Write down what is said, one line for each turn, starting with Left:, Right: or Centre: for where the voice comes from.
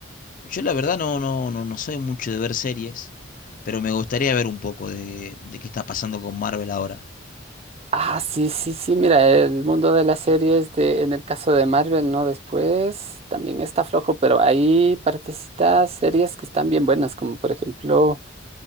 Left: Yo la verdad no, no, no, no soy mucho de ver series, pero me gustaría ver un poco de, de qué está pasando con Marvel ahora.
Right: Ah, sí, sí, sí, mira, el mundo de las series de, en el caso de Marvel, ¿no? Después también está flojo, pero hay partecitas, series que están bien buenas, como por ejemplo...